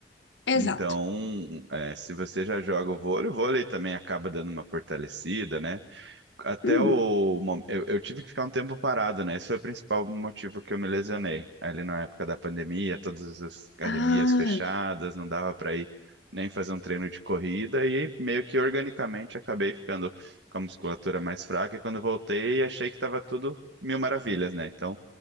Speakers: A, on the left; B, on the right.
A: Exato.
B: Então, é, se você já joga o vôlei, o vôlei também acaba dando uma fortalecida, né? Até
A: uhum,
B: o mom- eu, eu tive que ficar um tempo parado, né? Esse foi o principal motivo que eu me lesionei. Ali na época da pandemia, todas as academias
A: Ah,
B: fechadas, não dava para ir nem fazer um treino de corrida e meio que organicamente acabei ficando com a musculatura mais fraca. E quando voltei, achei que estava tudo mil maravilhas, né? Então